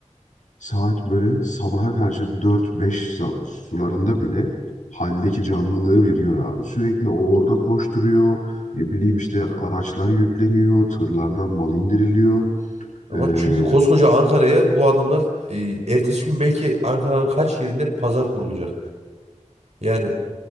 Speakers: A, on the left; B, on the right.
A: Saat böyle sabaha karşı dört beş sularında bile haldeki canlılığı bir gör abi. Sürekli o orada koşturuyor. Ne bileyim işte
B: Hı.
A: araçlar yükleniyor. Tırlardan mal indiriliyor.
B: Ama
A: Ee,
B: çünkü koskoca Ankara'ya bu adamlar e, ertesi gün belki Ankara'nın kaç yerinde pazar kurulacak. Yani